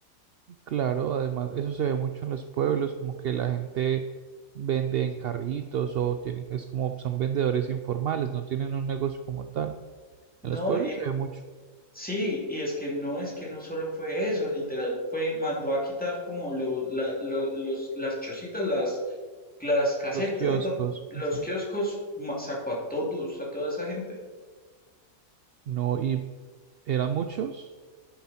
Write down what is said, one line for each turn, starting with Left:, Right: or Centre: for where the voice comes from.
Right: Claro, además, eso se ve mucho en los pueblos, como que la gente vende en carritos o tiene, es como son vendedores informales, no tienen un negocio como tal.
Centre: ¿no?
Right: En los pueblos se ve mucho,
Centre: Sí, y es que no es que no solo fue eso, literal, fue, mandó a quitar como lo- la- lo- los, las chocitas, las, las casetas,
Right: los kioscos,
Centre: don- los
Right: ujú,
Centre: kioscos, ma- sacó a todos, a toda esa gente.
Right: no, y eran muchos,